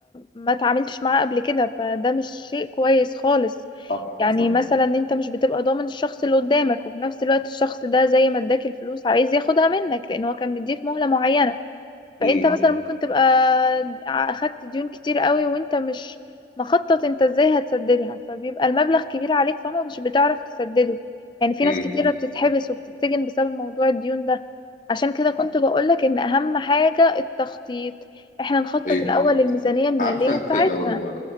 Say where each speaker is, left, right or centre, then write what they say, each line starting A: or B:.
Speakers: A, on the left (about 25°); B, on the left (about 45°).
A: ما تعاملتش معاه قبل كده فده مش شيء كويس خالص
B: صح
A: يعني
B: صح
A: مثلا انت مش بتبقى ضامن الشخص اللي قدامك وفي نفس الوقت الشخص ده زي ما اداك الفلوس عايز ياخدها منك لان هو كان مديك مهلة معينة فانت
B: مم.
A: مثلا ممكن تبقى اخدت ديون كتير قوي وانت مش مخطط انت ازاي هتسددها فبيبقى المبلغ كبير عليك فما مش بتعرف تسدده يعني في
B: مم.
A: ناس كتيرة بتتحبس وبتتسجن بسبب موضوع الديون ده عشان كده كنت بقولك ان اهم حاجة التخطيط احنا نخطط
B: ايوه
A: الاول للميزانية المالية
B: عارفه انت
A: بتاعتنا
B: لو